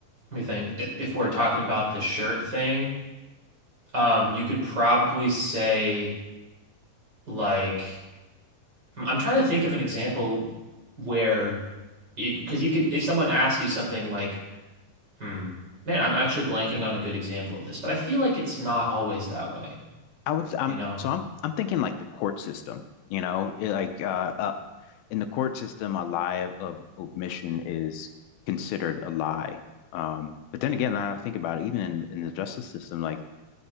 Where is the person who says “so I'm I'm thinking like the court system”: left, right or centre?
Left